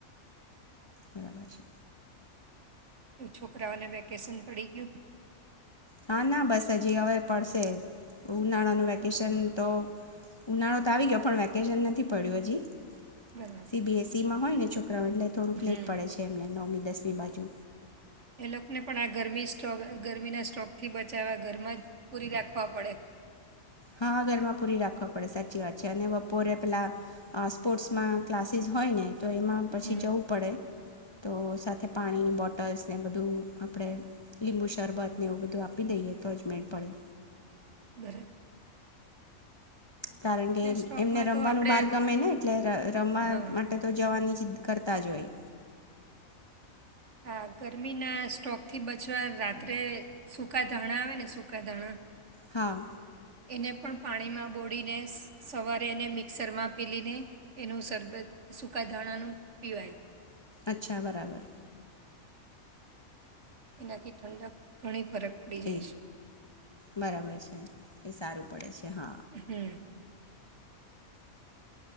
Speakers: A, on the left; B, on the right.
A: બરાબર છે.
B: એ છોકરાઓને વેકેશન પડી ગયું?
A: હા ના બસ હજી હવે પડશે. ઉનાળાનું વેકેશન
B: બરાબર
A: તો ઉનાળો તો આવી ગયો પણ વેકેશન નથી પડ્યું હજી.
B: બરાબર.
A: સી બી એસ સીમાં હોય ને જો એટલે થોડુંક
B: હમ
A: લેટ પડે એમને નોમ દસમી બાજુ
B: એ લોકોને પણ આ ગરમી સ્ટ્રોક ગરમીના સ્ટ્રોકથી બચાવવા ઘરમાં જ પૂરી રાખવા પડે
A: હા ઘરમાં પૂરી રાખવા પડે સાચી વાત છે અને બપોરે પેલા સ્પોર્ટ્સમાં ક્લાસીસ હોય ને તો એમાં પછી
B: હમ
A: જવું પડે તો સાથે પાણીની બોટલ્સ ને બધું આપણે લીંબુ શરબતને એવું બધું આપી દઈએ તો જ મેડ પડે
B: બર
A: કારણ કે
B: સ્ટ્રોકમાં
A: એમને રમવાનું
B: તો આપણે
A: બહાર ગમે ને એટલે રમવા
B: હા
A: માટે તો જવાની જ કરતા જ હોય
B: હા ગરમીના સ્ટોક થી બચવા રાત્રે સૂકા ધાણા આવે ને સૂકા ધાણા
A: હા
B: એને પણ પાણીમાં બોળીને સવારે એને મિક્સરમાં પીલીને એનું સરરબત સૂકા ધાણાનું પીવાય
A: અચ્છા બરાબર
B: એનાથી ઠંડક ઘણી ફરક પડી જાય
A: એ
B: છે
A: બરાબર છે સારું પડે છે હા
B: હુ